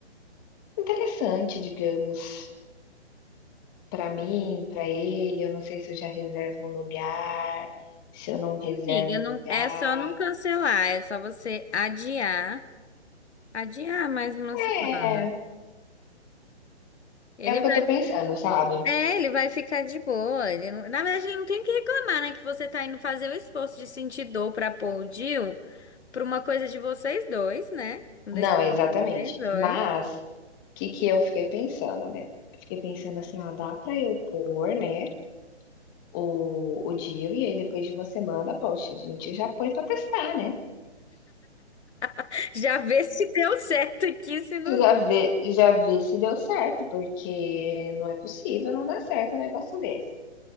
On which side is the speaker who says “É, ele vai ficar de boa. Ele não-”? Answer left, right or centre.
Left